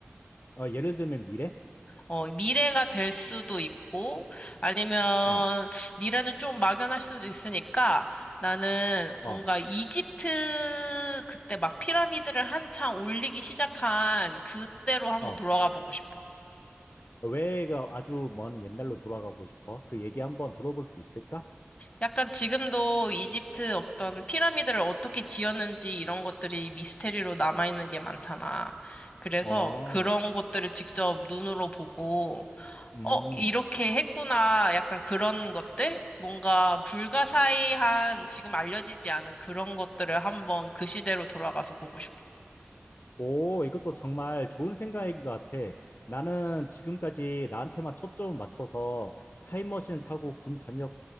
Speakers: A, on the left; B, on the left.
A: 어 예를 들면 미래?
B: 어, 미래가 될 수도 있고, 아니면
A: 어,
B: 미래는 좀 막연할 수도 있으니까 나는
A: 어,
B: 뭔가 이집트 그때 막 피라미드를 한창 올리기 시작한 그때로 한번
A: 어.
B: 돌아가 보고 싶어.
A: 왜가 아주 먼 옛날로 돌아가고 싶어? 그 얘기 한번 들어볼 수 있을까?
B: 약간 지금도 이집트 어떤 피라미드를 어떻게 지었는지 이런 것들이 미스테리로 남아있는 게 많잖아. 그래서
A: 어.
B: 그런 것들을 직접 눈으로 보고,
A: 음,
B: 어, 이렇게 했구나. 약간 그런 것들? 뭔가 불가사의한 지금 알려지지 않은 그런 것들을 한번 그 시대로 돌아가서 보고 싶어.
A: 오, 이것도 정말 좋은 생각인 것 같아. 나는 지금까지 나한테만 초점을 맞춰서 타임머신을 타고 군 전역